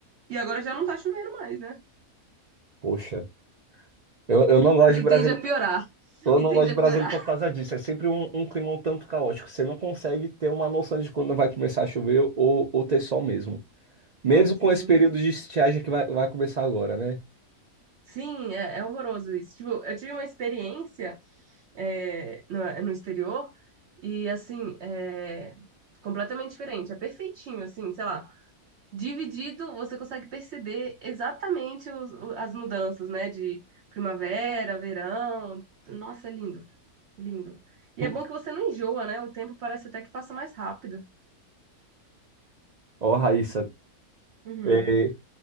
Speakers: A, on the right; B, on the right.
A: E agora já não tá chovendo mais, né?
B: poxa. Eu, eu não gosto
A: E
B: de Brasília,
A: tende a piorar.
B: eu não
A: E tende
B: gosto de
A: a
B: Brasília
A: piorar.
B: por causa disso. É sempre um, um clima um tanto caótico. Você não consegue ter uma noção de quando vai começar a chover ou, ou ter sol mesmo. Mesmo
A: Nossa, assim.
B: com esse período de estiagem que vai, vai começar agora, né? <laughs>
A: Sim, é, é horroroso isso. Tipo, eu tive uma experiência é, no, eh, no exterior e, assim, é completamente diferente. É perfeitinho, assim, sei lá. Dividido, você consegue perceber exatamente os- o- as mudanças, né? De primavera, verão. Nossa, é lindo, lindo. E
B: Hum.
A: é bom que você não enjoa, né? O tempo parece até que passa mais rápido.
B: Ó, Raíssa.
A: Uhum.
B: é,